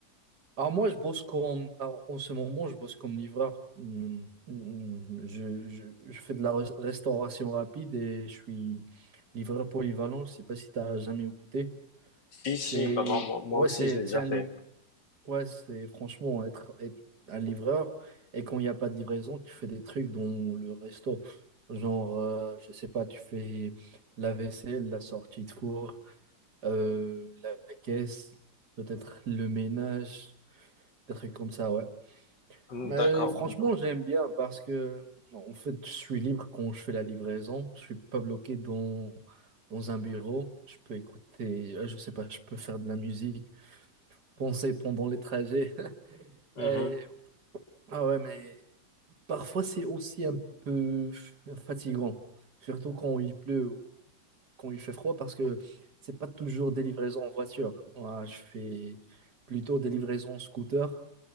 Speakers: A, on the right; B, on the left.
A: ah moi, je bosse comme... alors, en ce moment, je bosse comme livreur. Hmm, hmm, Je, je, je fais de la res- restauration rapide et je suis livreur polyvalent. Je sais pas si tu as jamais écouté.
B: Si,
A: C'est...
B: si, bah, bon, moi moi
A: Ouais,
B: aussi,
A: c'est
B: je l'ai déjà
A: c'est un li-
B: fait.
A: Ouais, c'est franchement être, être un livreur. Et quand il n'y a pas de livraison, tu fais des trucs dans le resto. Genre, euh, je sais pas, tu fais la vaisselle, la sortie de four, euh, la la caisse, peut-être le ménage, des trucs comme ça, ouais.
B: Hmm,
A: Mais
B: D'accord,
A: franchement,
B: donc,
A: j'aime bien parce que, en fait, je suis libre quand je fais la livraison. Je suis pas bloqué dans, dans un bureau. Je peux écouter, euh, je sais pas, je peux faire de la musique, penser pendant les trajets. <laughs>
B: mhm,
A: Et- ah ouais, mais Parfois, c'est aussi un peu fatigant, surtout quand il pleut ou quand il fait froid, parce que c'est pas toujours des livraisons en voiture. Moi, je fais plutôt des livraisons en scooter,